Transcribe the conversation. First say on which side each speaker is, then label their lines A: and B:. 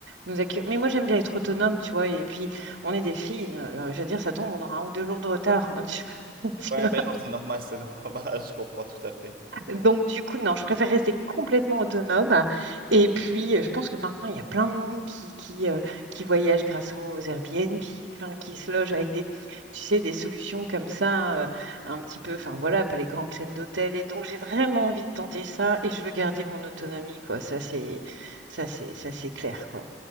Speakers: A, on the right; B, on the right.
A: nous accueillir. Mais moi j'aime bien être autonome, tu vois et puis on est des filles, euh, je veux dire ça tombe on aura un ou deux jours de retard. <laughs> tu
B: Ouais,
A: vois.
B: ben non, c'est normal, c'est normal, <laughs> je comprends tout à fait.
A: Donc, du coup, non, je préfère rester complètement autonome. Et puis, euh, je pense que maintenant, il y a plein de monde qui, qui, euh, qui voyage grâce aux Airbnb, enfin, qui se loge avec des, tu sais, des solutions comme ça, euh, un petit peu, enfin voilà, pas les grandes chaînes d'hôtels. Et donc, j'ai vraiment envie de tenter ça et je veux garder mon autonomie, quoi. Ça, c'est, ça, c'est, ça, c'est clair, quoi.